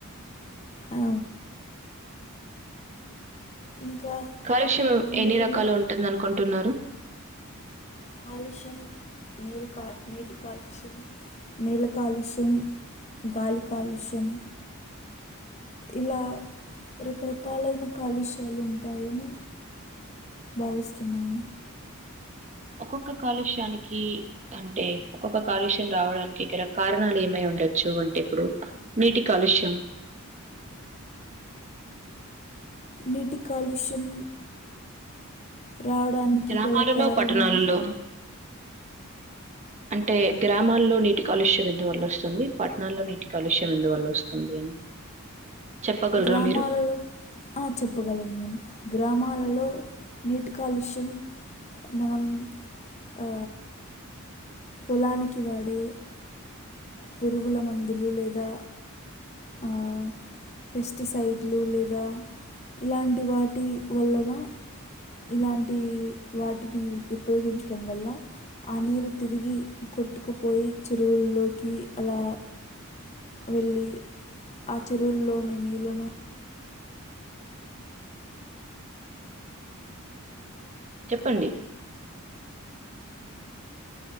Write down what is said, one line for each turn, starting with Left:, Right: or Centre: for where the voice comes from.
Left: ఆ, ఇంకా
Right: కాలుష్యం
Left: మానవులు
Right: ఎన్ని రకాలు ఉంటుంది అనుకుంటున్నారు.
Left: కాలుష్యం నీరు కా నీటి కాలుష్యం, నేల కాలుష్యం, గాలి కాలుష్యం ఇలా రకరకాలైన కాలుష్యాలు ఉంటాయని భావిస్తున్నాను.
Right: ఒక్కొక్క కాలుష్యానికీ, అంటే ఒక్కొక్క కాలుష్యం రావడానికి గల కారణాలు ఏమై ఉండొచ్చు అంటే ఇప్పుడు నీటి కాలుష్యం
Left: నీటి కాలుష్యం రావడానికి
Right: గ్రామాలలో
Left: గల కారణాలు
Right: పట్టణాలలో అంటే గ్రామాల్లో నీటి కాలుష్యం ఎందువల్ల వస్తుంది. పట్టణాల్లో నీటి కాలుష్యం ఎందువల్ల వస్తుంది అని. చెప్పగలరా
Left: గ్రామాలలో,
Right: మీరు
Left: ఆ చెప్పగలను నేను. గ్రామాలలో నీటి కాలుష్యం మనం ఆ పొలానికి వాడే పురుగుల మందులు లేదా ఆ పెస్టిసైడ్లు లేదా ఇలాంటి వాటి వలన, ఇలాంటీ వాటిని ఉపయోగించడం వల్ల ఆ నీరు తిరిగి కొట్టుకుపోయి చెరువుల్లోకీ అలా వెళ్ళీ ఆ చెరువుల్లోని నీళ్లను
Right: చెప్పండి.